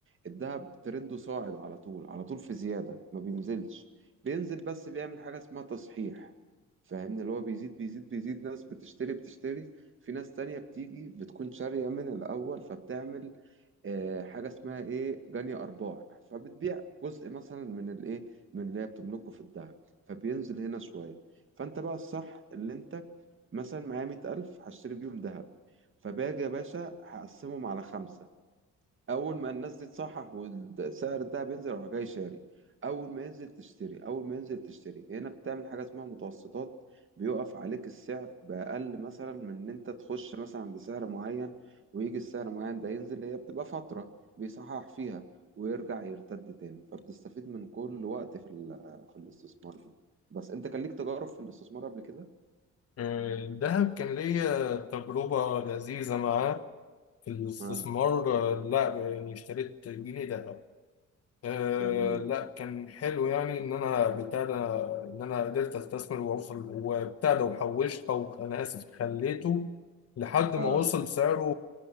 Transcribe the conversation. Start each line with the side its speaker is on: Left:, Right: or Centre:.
Right: الذهب ترنده صاعد على طول على طول في زيادة ما بينزلش بينزل بس بيعمل حاجة اسمها تصحيح فاهمني اللي هو بيزيد بيزيد بيزيد ناس بتشتري بتشتري في ناس تانية بتيجي بتكون شارية من الأول فبتعمل آه، حاجة اسمها ايه جني أرباح فبتبيع جزء مثلا من الايه من اللي هي بتملكه في الذهب فبينزل هنا شوية فانت بقى الصح اللي انت مثلا معايا مية ألف هشتري بيهم دهب فباجي يا باشا هقسمهم على خمسة أول ما الناس دي تصحح وسعر الدهب ينزل أروح جاي شاري أول ما ينزل تشتري أول ما ينزل تشتري هنا بتعمل حاجة اسمها متوسطات بيقف عليك السعر بأقل مثلا من إن أنت تخش مثلا بسعر معين ويجي السعر معين ده ينزل هي بتبقى فترة بيصحح فيها ويرجع يرتد تاني فبتستفيد من كل وقت في ال- في الاستثمار ده بس أنت كان ليك تجارب في الاستثمار قبل كده؟
Left: آه، الذهب كان ليا تجربة لذيذة معاه في الاستثمار
Right: آه
Left: آه، لا يعني اشتريت جنيه ذهب آه
Right: جميل
Left: لا كان حلو يعني ان انا بتاع ده ان انا قدرت استثمر واوصل وبتاع ده وحوشت او انا اسف خليته لحد
Right: اه
Left: ما وصل سعره